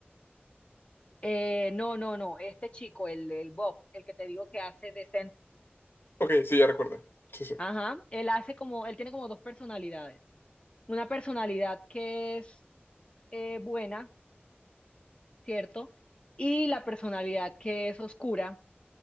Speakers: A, on the left; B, on the left.
A: Eh, no, no, no, este chico, el, el Bob, el que te digo que hace de Saint
B: Ok, sí, ya recuerdo. Sí, sí.
A: Ajá, él hace como, él tiene como dos personalidades. Una personalidad que es eh, buena, ¿cierto? Y la personalidad que es oscura,